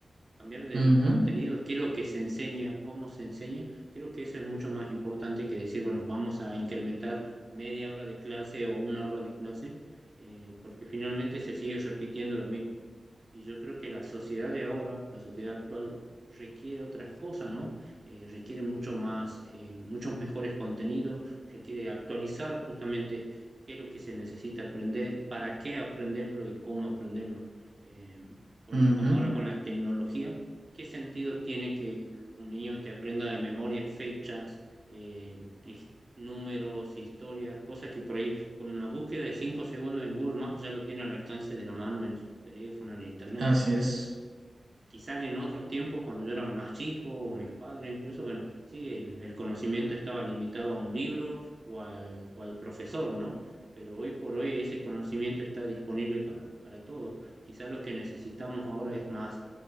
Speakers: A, on the right; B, on the right.
A: cambiar de
B: ujú,
A: los contenidos, qué es lo que se enseña, cómo se enseña, creo que eso es mucho más importante que decir, bueno, vamos a incrementar media hora de clase o una hora de clase, eh, porque finalmente se sigue repitiendo lo mismo. Y yo creo que la sociedad de ahora, la sociedad actual, requiere otras cosas, ¿no? Eh, requiere mucho más, eh, muchos mejores contenidos, requiere actualizar justamente qué es lo que se necesita aprender, para qué aprenderlo y cómo aprenderlo. Eh, por
B: ujú,
A: ejemplo, con ahora con la tecnología, ¿qué sentido tiene que un niño te aprenda de memoria fechas, eh, his- números, historias, cosas que por ahí con una búsqueda de 5 segundos en Google Maps ya lo tiene al alcance de la mano en su teléfono, en internet?
B: así es.
A: Eh, quizás en otros tiempos, cuando yo era más chico, o mis padres incluso, bueno, sí, el, el conocimiento estaba limitado a un libro o al, o al profesor, ¿no? Pero hoy por hoy ese conocimiento está disponible para, para todos. Quizás lo que necesitamos ahora es más